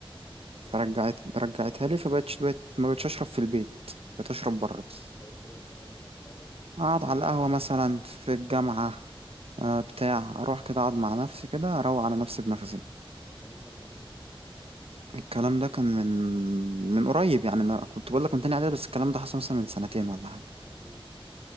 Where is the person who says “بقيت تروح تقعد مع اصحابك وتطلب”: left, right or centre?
Left